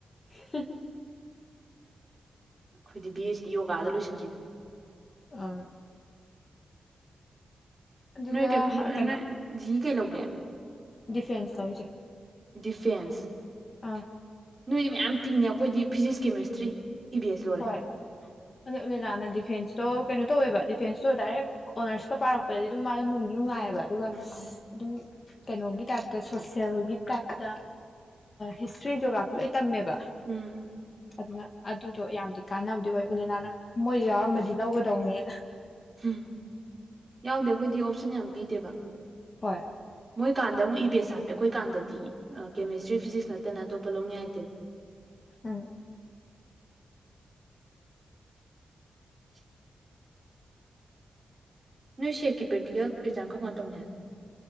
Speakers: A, on the left; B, on the right.
A: <inaudible>
B: ꯑꯩꯈꯣꯏꯗꯤ ꯕꯤ ꯑꯦ ꯁꯤꯗꯤ ꯌꯣꯒꯥꯗ ꯂꯣꯏꯁꯤꯟꯈꯤꯕꯅꯦ
A: ꯑꯥ ꯑꯗꯨꯒ
B: ꯅꯣꯏ ꯀ
A: ꯀꯩꯅꯣ
B: ꯅꯣꯏ ꯖꯤ ꯏ ꯀꯩ ꯂꯧꯒꯦ <unintelligible>
A: ꯗꯤꯐꯦꯟꯁ ꯇꯧꯏ ꯆꯦ
B: ꯗꯤꯐꯦꯟꯁ
A: ꯑꯥ
B: ꯅꯣꯏꯗꯤ ꯃꯌꯥꯝ ꯄꯤꯅꯦ ꯑꯩꯈꯣꯏꯗꯤ physics chemistry E V S ꯂꯣꯏꯔꯦ
A: ꯍꯣꯏ ꯑ ꯎꯂꯅꯥꯅ ꯗꯤꯐꯦꯟꯁꯇꯣ ꯀꯩꯅꯣ ꯇꯧꯋꯦꯕ ꯗꯤꯐꯦꯟꯁꯇꯣ ꯗꯥꯏꯔꯦꯛ ꯑꯣꯅꯔꯁꯀ ꯄꯥꯔꯛꯄꯗꯗꯤ ꯑꯗꯨꯝ ꯃꯥꯗꯣ ꯅꯨꯡꯁꯨ ꯅꯨꯡꯉꯥꯏꯑꯕ ꯑꯗꯨꯒ
B: ꯎꯝ
A: ꯑꯗꯨ ꯀꯩꯅꯣꯒꯤ ꯇꯥꯏꯞꯇ ꯁꯣꯁꯦꯜꯒꯤ ꯇꯥꯏꯞꯇ ꯍꯤꯁꯇ꯭ꯔꯤ ꯖꯣꯒ꯭ꯔꯥꯐꯤ ꯂꯣꯏ꯫ ꯇꯝꯕ
B: ꯎꯝ
A: ꯑꯗꯨꯅ ꯑꯗꯨ ꯑꯗꯨꯣ ꯌꯥꯝꯗꯤ ꯀꯥꯟꯕꯨꯗꯤ ꯑꯣꯏ ꯎꯂꯦꯅꯥꯅ ꯃꯣꯏꯁꯨ ꯌꯥꯎꯔꯃꯗꯤ ꯂꯧꯒꯗꯧꯅꯦꯅ
B: ꯎꯝ ꯌꯥꯎꯗꯦ ꯑꯩꯈꯣꯏꯗꯤ ꯑꯣ ꯁꯟ ꯅꯦꯜ ꯄꯤꯗꯦꯕ
A: ꯍꯣꯏ
B: ꯃꯣꯏ ꯀꯥꯟꯗ ꯑꯃꯨꯛ ꯏ ꯕꯤ ꯑꯦꯁ ꯍꯥꯞꯄꯦ ꯑꯩꯈꯣꯏ ꯀꯥꯟꯗꯗꯤ ꯀꯦꯃꯦꯁ ꯇ꯭ꯔꯤ ꯐꯤꯖꯤꯛꯁ ꯅꯠꯇꯅ ꯑꯇꯣꯞꯄ ꯂꯧꯅꯤꯡ ꯉꯥꯏ ꯂꯩꯇꯦ
A: ꯑꯝ
B: <inaudible> ꯅꯣꯏ ꯁꯦꯛꯀꯤ ꯄ꯭ꯔꯦꯛꯇꯤꯀꯦꯜ ꯑꯦꯛꯖꯥꯝ ꯀꯔꯝ ꯀꯥꯟꯗ ꯇꯧꯅꯤ ꯍꯥꯏ